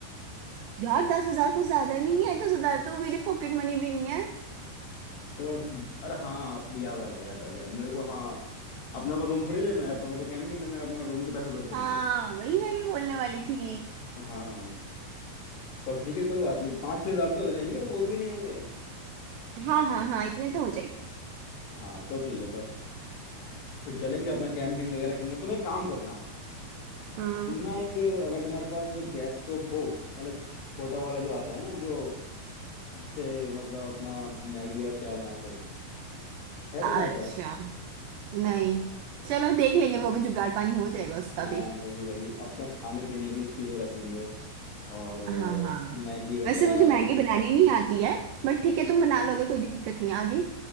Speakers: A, on the right (about 75°); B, on the left (about 80°).
A: यार दस हजार कुछ ज्यादा नहीं है दस हजार तो मेरी पॉकेट मनी भी नहीं है
B: चलो उस- अरे हाँ आप याद आ गया याद आ गया मेरे को हाँ अपने को रूम थोड़ी लेना है अपने को तो कैंपिंग करना है अपने रूम के पैसे बच जाएंगे
A: हाँ वही मैं भी बोलने वाली थी
B: हाँ तो ठीक है कोई बात नहीं पाँच छह हजार तो हो जाएंगे वो वो भी नहीं होंगे
A: हाँ हाँ हाँ इतने तो हो जाएंगे
B: हाँ तो ठीक है फिर फिर चलेंगे अपना कैंपिंग वगैरह करना तुम एक काम करना
A: हाँ
B: तुम ना एक अगर तुम्हारे पास गैस स्टोव हो मतलब छ- छोटा वाला जो आता है ना जो जिससे मतलब अपना मैगी और चाय बना सकें है
A: अच्छा
B: तुम्हारे पास
A: नहीं चलो देख लेंगे वो भी जुगाड़ पानी हो जाएगा उसका
B: हाँ
A: भी
B: वही वही अपना खाने पीने की चीजें रख लेंगे और अ,
A: हाँ हाँ
B: मैगी वगैरह
A: वैसे मुझे मैगी बनानी नहीं आती है बट ठीक है तुम बना लोगे कोई दिक्कत नहीं आगे